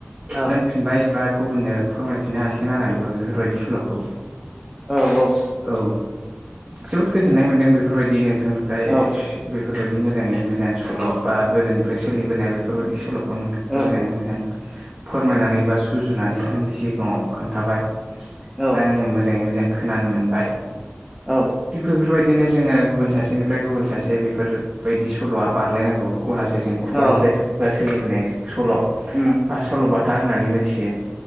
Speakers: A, in the centre; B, on the right (about 35°).
A: औ
B: रोंफिनबाय बा गुबुननो फोरमायफिननो हासिगोन आरो आंबो बेफोरबायदि सल'खौ
A: औ औ
B: औ जोबोद गोजोननाय मोनदों बेफोरबायदि नोंथांनिफ्राय
A: औ
B: बे फोरबायदि मोजाङै मोजां सल' बा गोदोनिफ्राय सोलिबोनाय बेफोरबायदि सल'खौ नोंथाङा
A: औ
B: मोजाङै मोजां फोरमायनानै बा सुजुनानै आंनि सिगाङाव खोन्थाबाय
A: औ
B: दा आङो मोजाङै मोजां खोनानो मोनबाय
A: औ
B: थिग बेफोरबायदिनो जोङो गुबुन सासेनिफ्राय गुबुन सासे बेफोरबायदि सल'आ बारलायनांगौ अब्लासो जों खुगानिफ्राय
A: औ
B: खुगा सोलिबोनाय सल
A: उम
B: हा सल'बाथा होननानै मिथियो